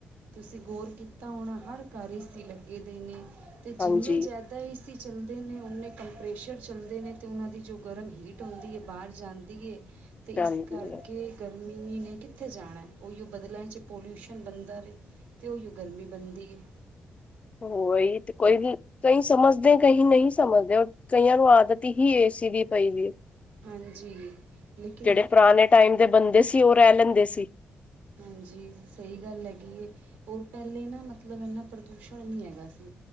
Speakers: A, on the right (about 80°); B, on the left (about 35°).
A: ਤੁਸੀਂ ਗੌਰ ਕੀਤਾ ਹੋਣਾ, ਹਰ ਘਰ ਏ ਸੀ ਲੱਗੇ ਦੇ ਨੇ। ਤੇ ਜਿੰਨੇ
B: ਹਾਂਜੀ
A: ਜ਼ਿਆਦਾ ਏਸੀ ਚੱਲਦੇ ਨੇ ਉਨੇ ਕੰਪਰੇਸ਼ਰ ਚੱਲਦੇ ਨੇ, ਅਤੇ ਉਹਨਾਂ ਦੀ ਜੋ ਗਰਮ ਹੀਟ ਹੁੰਦੀ ਹੈ ਬਾਹਰ ਜਾਂਦੀ ਹੈ। ਤੇ
B: ਜਾਂਦੀ
A: ਇਸ ਕਰਕੇ
B: ਹੈ,
A: ਗਰਮੀ ਨੇ ਕਿੱਥੇ ਜਾਣਾ, ਉਹੀਓ ਬਦਲਾਂ 'ਚ ਪੋਲਿਊਸ਼ਨ ਬਣਦਾ ਵੇ, ਅਤੇ ਉਹੀ ਗਰਮੀ ਬਣਦੀ ਹੈ।
B: ਉਹੀ ਤੇ ਕੋਈ ਨ ਕਈ ਸਮਝਦੇ ਕਈ ਨਹੀਂ ਸਮਝਦੇ, ਕਈਆਂ ਨੂੰ ਆਦਤ ਹੀ ਏ ਸੀ ਦੀ ਪਈ ਵੀ
A: ਹਾਂਜੀ। ਲੇਕਿਨ
B: ਜਿਹੜੇ ਪੁਰਾਣੇ ਟਾਈਮ ਦੇ ਬੰਦੇ ਸੀ, ਉਹ ਰਹਿ ਲੈਂਦੇ ਸੀ।
A: ਹਾਂਜੀ, ਸਹੀ ਗੱਲ ਹੈਗੀ ਏ ਹੋਰ ਪਹਿਲੇ ਨਾ ਮਤਲਬ ਇੰਨਾ ਪ੍ਰਦੂਸ਼ਣ ਨਹੀਂ ਹੈਗਾ ਸੀ।